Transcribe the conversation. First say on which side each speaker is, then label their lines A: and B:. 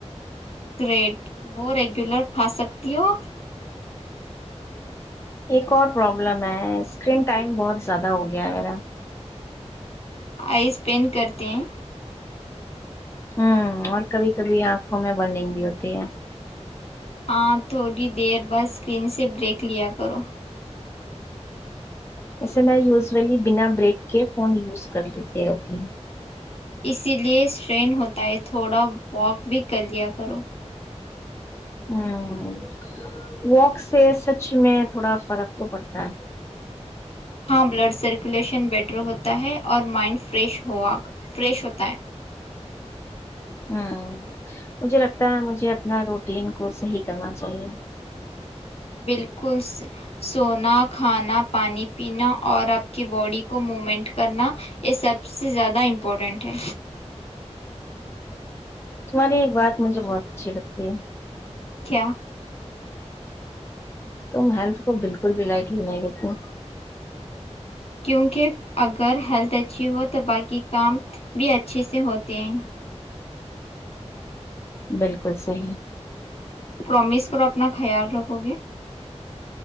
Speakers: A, on the left (about 55°); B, on the left (about 20°).
A: گریٹ وہ ریگولر کھا سکتی ہو
B: ایک اور پرابلم ہے اسکرین ٹائم بہت زیادہ ہو گیا میرا
A: آئس پین کرتے ہیں
B: ہوں اور کبھی کبھی آنکھوں میں برننگ بھی ہوتی ہے
A: ہاں تھوڑی دیر بس اسکرین سے بریک لیا کرو
B: ویسے میں یوزلی بنا بریک کے فون یوز کر لیتی رہتی ہوں
A: اسی لیے اسٹرین ہوتا ہے تھوڑا واک بھی کر لیا کرو
B: ہمم واک سے سچ میں تھوڑا فرق تو پڑتا ہے
A: ہاں بلڈ سرکولیشن بیٹر ہوتا ہے اور مائنڈ فریش ہوا فریش ہوتا ہے
B: ہمم مجھے لگتا ہے مجھے اپنا روٹین کو صحیح کرنا چاہیے
A: بالکل س سونا کھانا پانی پینا اور آپ کی باڈی کو مومینٹ کرنا یہ سب سے زیادہ امپورٹنٹ ہے
B: تمہاری ایک بات مجھے بہت اچھی لگتی ہے
A: کیا
B: تم ہیلتھ کو بالکل بھی لائٹلی نہیں لیتی
A: کیونکہ اگر ہیلتھ اچھی ہو تو باقی کام بھی اچھے سے ہوتے ہیں
B: بالکل صحیح
A: پرومس کرو اپنا خیال رکھو گے